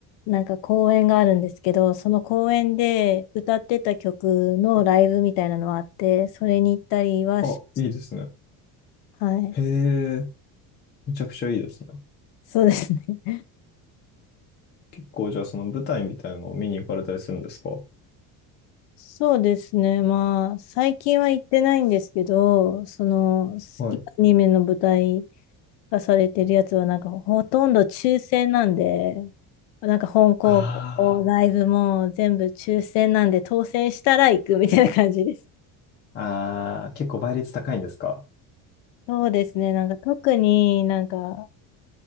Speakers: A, on the left; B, on the left.
A: なんか公演があるんですけど、その公演で歌ってた曲のライブみたいなのはあって、それに行ったりはしまし
B: あ、いいですね。
A: た、はい。
B: へえ、めちゃくちゃいいですね。
A: そうですね。<laughs>
B: 結構じゃあその舞台みたいなのを見に行かれたりするんですか
A: そうですね。まあ、最近は行ってないんですけど、その、好きなアニメの舞台
B: はい。
A: 化されてるやつは、なんかほとんど抽選なんで、なんか本校もライブも全部抽選なんで、
B: あ
A: 当選したら行くみたいな感じです。
B: あ、ああ、結構倍率高いんですか
A: そうですね。なんか特になんか